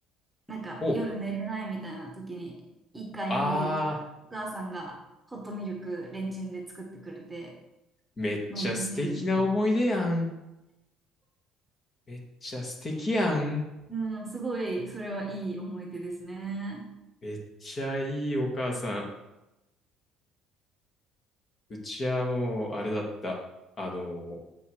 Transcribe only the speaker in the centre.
なんか夜寝れないみたいな時に、
1階に降りると、
お母さんがホットミルクレンチンで作ってくれて、
飲んで寝るみたい
な。うん、すごい、それはいい思い出ですね。